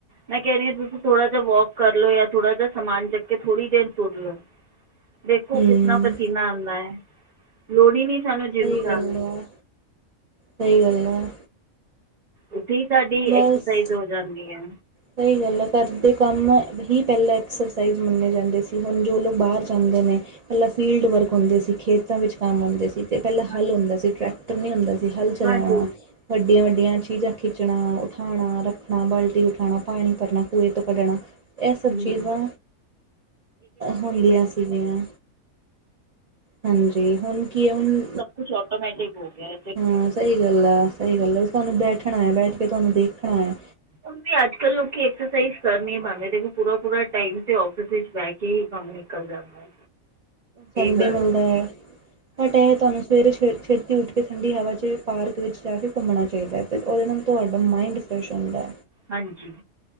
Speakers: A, on the right; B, on the right.
A: ਮੈਂ ਕੈ ਰਹੀ ਹਾਂ ਤੁਸੀਂ ਥੋੜਾ ਜੇਹਾ ਵੋਕ ਕਰ ਲ ਲੋ ਜਾਂ ਥੋੜਾ ਜਿਹਾ ਸਮਾਨ ਚੱਕ ਕੇ ਥੋੜ੍ਹੀ ਦੇਰ ਤੁਰ ਲੋ। ਦੇਖੋ
B: ਹਮ
A: ਕਿਤਨਾ ਪਸੀਨਾ ਆਂਦਾ ਹੈ ਲੋੜ ਈ ਨੀ ਸਾਨੂੰ ਜਿਮ
B: ਸਹੀ
A: ਜਾਣਦੀ।
B: ਗੱਲ ਆ ਸਹੀ ਗੱਲ ਨਾ।
A: ਉੱਥੇ ਈ ਸਾਡੀ
B: ਬਸ
A: ਐਕਸਸਾਈਜ਼ ਹੋ ਜਾਂਦੀ ਹੈ।
B: ਸਹੀ ਗੱਲ ਆ ਘਰ ਦੇ ਕੰਮ ਹੀ ਪੈਲਾਂ ਐਕਸਰਸਾਈਜ਼ ਮੰਨੇ ਜਾਂਦੇ ਸੀ ਹੁਣ ਜੋ ਲੋਕ ਬਾਰ ਜਾਂਦੇ ਨੇ। ਪੈਲਾਂ ਫੀਲਡ ਵਰਕ ਹੁੰਦੇ ਸੀ ਖੇਤਾਂ ਵਿੱਚ ਕੰਮ ਹੁੰਦੇ ਸੀ। ਅਤੇ ਪੈਲਾਂ
A: ਹਾਂਜੀ
B: ਹੱਲ ਹੁੰਦਾ ਸੀ ਟਰੈਕਟਰ ਨਹੀਂ ਹੁੰਦਾ ਸੀ ਹੱਲ ਚਲਾਣਾ।
A: ਹਾਂਜੀ
B: ਵੱਡੀਆਂ ਵੱਡੀਆਂ ਚੀਜ਼ਾਂ ਖਿੱਚਣਾ ਉਠਾਣਾ ਰੱਖਣਾ ਬਾਲਟੀ। ਖਾਣਾ ਪਾਣੀ ਭਰਣਾ ਕੂਏ ਤੋਂ ਕੱਢਣਾ ਐ ਸਭ
A: ਹਮ,
B: ਚੀਜ਼ਾਂ ਹੁੰਦੀਆਂ ਸੀਗੀਆਂ। ਹਾਂਜੀ ਹੁਣ ਕੀ ਹੈ ਹੁਣ।
A: ਕੁਛ ਆਟੋਮੈਟਿਕ ਹੋ ਗਿਆ।
B: ਹਾਂ ਸਹੀ ਗੱਲ ਹੈ ਸਹੀ ਗੱਲ ਹੈ ਤੁਹਾਨੂੰ ਬੈਠਣਾ ਹੈ ਬੈਠ ਕੇ ਤੁਹਾਨੂੰ ਦੇਖਣਾ ਹੈ।
A: ਹੁਣ ਵੀ ਅੱਜ ਕੱਲ੍ਹ ਲੋਕੀ ਐਕਸਰਸਾਈਜ਼ ਕਰ ਨੀ ਪਾਂਦੇ ਨੇ ਪੂਰਾ ਪੂਰਾ ਟਾਈਮ ਤੇ ਆਫਿਸ ਵਿੱਚ ਬੈ ਕੇ ਹੀ ਕੰਮ ਨਿਕਲ ਜਾਂਦਾ।
B: ਸੰਡੇ
A: ਇਹ ਗੱਲ
B: ਮਿਲਦਾ ਹੈ ਬਟ ਇਹ ਵੇ ਤੁਹਾਨੂੰ ਸਵੇਰੇ ਛੇ ਛੇਤੀ ਉੱਠ ਕੇ ਠੰਡੀ ਹਵਾ 'ਚ ਪਾਰਕ ਵਿੱਚ ਜਾ ਕੇ ਘੁੰਮਣਾ ਚਾਈਦਾ ਅਤੇ ਉਹਦੇ ਨਾਲ ਤੁਹਾਡਾ ਮਾਇੰਡ ਦਸ਼ਓਂਦਾ।
A: ਹਾਂਜੀ।